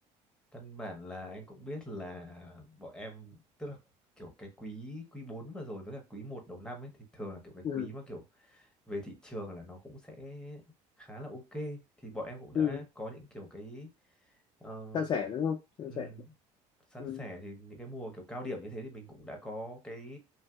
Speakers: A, in the centre; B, on the left.
A: căn bản là anh cũng biết là bọn em tức là kiểu cái quý quý 4 vừa rồi với cả quý một đầu năm ấy thì thường là kiểu cái
B: ừ
A: quý mà kiểu về thị trường là nó cũng sẽ khá là ok thì bọn em cũng đã
B: ừ
A: có những kiểu cái ờ,
B: san sẻ đúng không san
A: ừ,
B: sẻ
A: san
B: ừ
A: sẻ thì những cái mùa kiểu cao điểm như thế thì mình cũng đã có cái